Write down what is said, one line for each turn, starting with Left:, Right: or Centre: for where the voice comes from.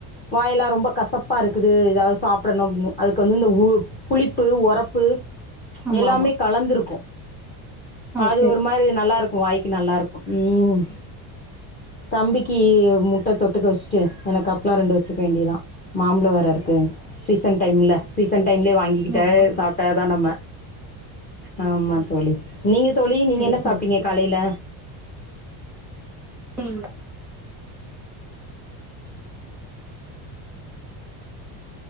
Left: வாயெல்லா ரொம்ப கசப் ப்பா இருக்குது ஏதாது சாப்புடணு அப்படின்னு அதுக்கு வந்து இந்த உ புளிப்பு ஒரப்பு
Centre: ஆமா
Left: எல்லாமே
Centre: ஆமா
Left: கலந்துருக்கு
Centre: ஆ
Left: அது
Centre: செரி
Left: ஒரு மாரி நல்லா இருக்கு வாய்க் க்கு நல்லாருக்கு ம் தம்பிக்கு முட்டை தொட்டுக்க வச்சுட்டு எனக்கு அப்ல ரெண்டு வச்சுக்க வேண்டியதுதா மாம்பலோ வேர இருக்கு சீசன் டைம்ல்ல சீசன் டைம்லே வாங்கிக்கிட்டே
Centre: ஆமா ஆமா
Left: சாப்பிட்ட தான் நம்ம ஆமா தோழி நீங்க தோழி நீங்க
Centre: செரி
Left: என்ன
Centre: செரி
Left: சாப்ட்டீங்க காலைல
Centre: ம்